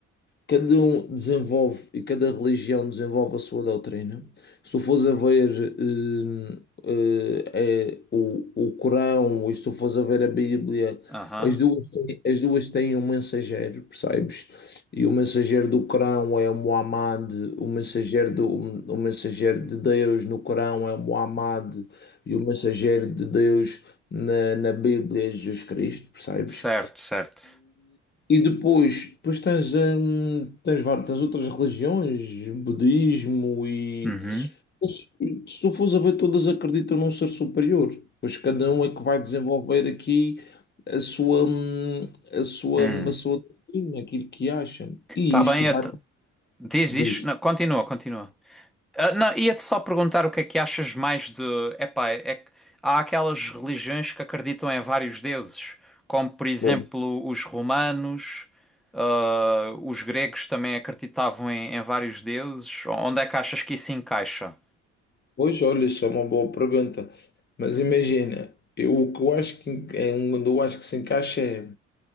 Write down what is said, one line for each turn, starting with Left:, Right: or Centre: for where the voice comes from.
Left: Cada um desenvolve e cada religião desenvolve a sua doutrina. Se tu fores a ver hum, eh, eh, é o, o Corão, ou se tu fores a ver a Bíblia,
Centre: Aham.
Left: as duas têm, as duas têm um mensageiro, percebes? E o mensageiro do Corão é Muhammad, o mensageiro, do, o mensageiro de Deus no Corão é Muhammad, e o mensageiro de Deus na, na Bíblia é Jesus Cristo, percebes?
Centre: Certo, certo.
Left: E depois, depois tens, hum, tens, var- tens outras religiões, budismo e.
Centre: Uhum.
Left: Mas, se tu fores a ver, todas acreditam num ser superior, pois cada um é que vai desenvolver aqui a sua, hum, a sua,
Centre: Hum.
Left: a sua doutrina, aquilo que acha. E
Centre: Tá
Left: isto
Centre: bem,
Left: vai.
Centre: eu te- diz
Left: Diz,
Centre: isto. Não, continua, continua. Ah, não, ia-te só perguntar o que é que achas mais de. Epá, é que há aquelas religiões que acreditam em vários deuses, como por exemplo
Left: bom,
Centre: os romanos, ah, os gregos também acreditavam em, em vários deuses. Onde é que achas que isso encaixa?
Left: pois olha, isso é uma boa pergunta, mas imagina, eu, o que eu acho que en- é um onde eu acho que se encaixa é.